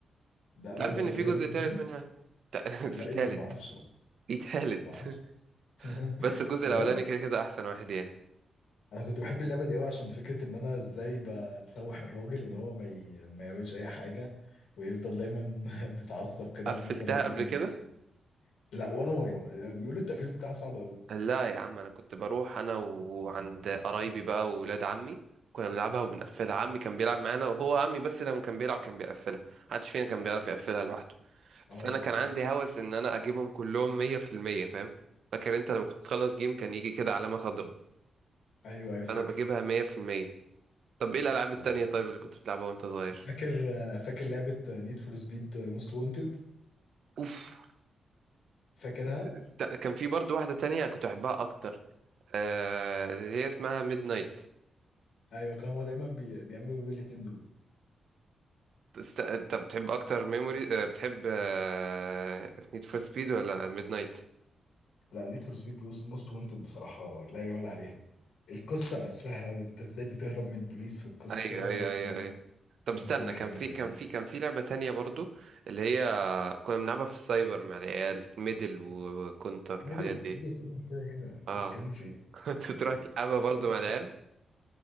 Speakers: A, on the left; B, on the right.
A: ده
B: انت
A: انا
B: عارف
A: ايه ده
B: ان في
A: ليها
B: جزء
A: جزء
B: تالت
A: تاني
B: منها تا- <laughs> في
A: لا ايه
B: تالت
A: ده انا ما اعرفش اصلا
B: في تالت
A: ما اعرفش اصلا <laughs>
B: <laughs> بس الجزء
A: بجد
B: الاولاني كده كده احسن واحد يعني
A: انا كنت بحب اللعبه دي قوي عشان فكره ان انا ازاي ب- بسوح الراجل ان هو ما, ي... ما يعملش اي حاجه ويفضل دايما <laughs> بيتعصب كده
B: قفلتها
A: وانا افضل اجري
B: قبل
A: منه
B: كده
A: لا ولا مره بيقولوا التقفيل بتاعها صعب قوي
B: لا يا عم انا كنت بروح انا وعند قرايبي بقى وولاد عمي كنا بنلعبها وبنقفلها عمي كان بيلعب معانا وهو عمي بس لما كان بيلعب كان بيقفلها محدش فينا كان بيعرف يقفلها لوحده
A: اه
B: بس انا
A: بالظبط
B: كان عندي هوس ان انا اجيبهم كلهم 100% فاهم فاكر انت لما كنت تخلص جيم كان يجي كده علامة خضراء
A: ايوه ايوه فاكر
B: فانا بجيبها 100% طب ايه الالعاب
A: طب
B: التانية طيب اللي كنت بتلعبها وانت صغير
A: فاكر فاكر لعبه نيد فور سبيد موست وونتد
B: اوف
A: فاكرها
B: است- كان في برضو واحدة تانية كنت احبها اكتر آه... اللي هي اسمها ميد نايت
A: ايوه كان هو دايما بي... بيعملوا ما بين الاتنين دول
B: است... انت بتحب اكتر ميموري آه... بتحب آه... نيد فور سبيد ولا ميد نايت
A: لا نيد فور سبيد موست وانتد بصراحة لا يعلى عليها القصة نفسها وانت ازاي بتهرب من البوليس في القصة
B: ايوه
A: وازاي
B: ايوه ايوه ايوه طب
A: بتعمل
B: استنى
A: كل حاجة
B: كان في
A: فاهم
B: كان في كان في لعبة تانية برضو اللي هي كنا بنلعبها في السايبر مع العيال ميدل و- وكونتر
A: ميدل
B: والحاجات دي
A: ميدل في اونر كده كده انت
B: اه
A: بتتكلم في
B: <laughs>
A: ايه
B: كنت
A: دي-
B: تروح
A: ده
B: تلعبها
A: كل
B: برضو
A: حاجة
B: مع
A: في
B: العيال
A: الدنيا